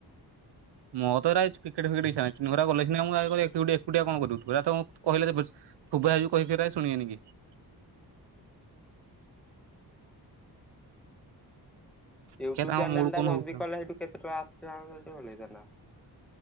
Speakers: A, on the right; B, in the centre.
A: ମୋ ଦ୍ଵାରା ଏ କ୍ରିକେଟ ଫ୍ରିକେଟ ଇଛା ନାହିଁ ଛୁଆଗୁରା ଗଲେ ସିନା ମୁଁ ଏକୁଟିଆ ଏକୁଟିଆ କଣ କରିବୁ ତୁ ବାପା ବୋଉ କହିଲେ ଯେ ବେ ଥୋବରା ହେଇଯିବୁ କହି କହିିକା ଶୁଣିବେନି କେହି।
B: ୟୁଟୁବ
A: ଦେଖିଆ ତାଙ୍କ
B: ଚ୍ୟାନେଲ୍
A: ମୁଡ୍
B: ଟା
A: କଣ
B: ଯଦି
A: ହଉଚି ଆଉ।
B: କଲେ ସେଠୁ କେତେ ଟଙ୍କା ଆସିଥିଲା <unintelligible>